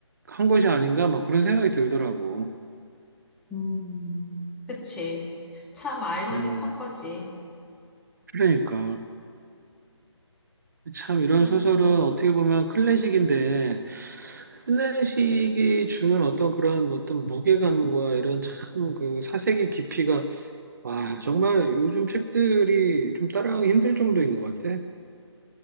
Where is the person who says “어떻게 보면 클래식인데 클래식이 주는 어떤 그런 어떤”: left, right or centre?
Right